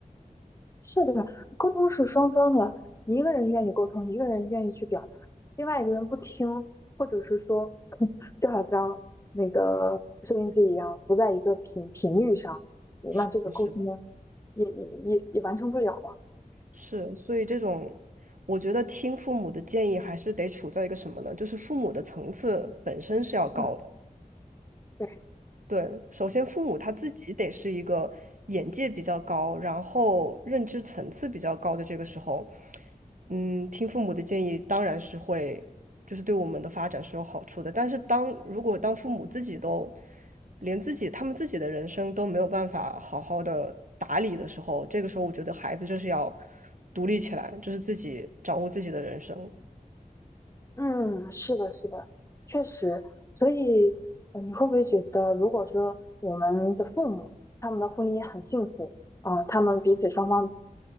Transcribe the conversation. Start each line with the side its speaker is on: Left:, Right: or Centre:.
Left: 是的，沟通是双方的，一个人愿意沟通，一个人愿意去表达，另外一个人不听，或者是说，就好像那个收音机一样，不在一个频频率上，嗯那这个沟通呢
Right: 是的，是的，
Left: 也也也也完成不了啊。
Right: 是，所以这种，我觉得听父母的建议还是得处在一个什么呢？就是父母的层次本身是要高的。
Left: 嗯，对，
Right: 对，首先父母他自己得是一个眼界比较高，然后认知层次比较高的这个时候，嗯，听父母的建议当然是会，就是对我们的发展是有好处的。但是当如果当父母自己都连自己他们自己的人生都没有办法好好的打理的时候，这个时候我觉得孩子就是要独立起来，就是自己掌握自己的人生，
Left: 嗯，是的，是的，确实。所以，呃你会不会觉得，如果说我们的父母他们的婚姻很幸福，啊、他们彼此双方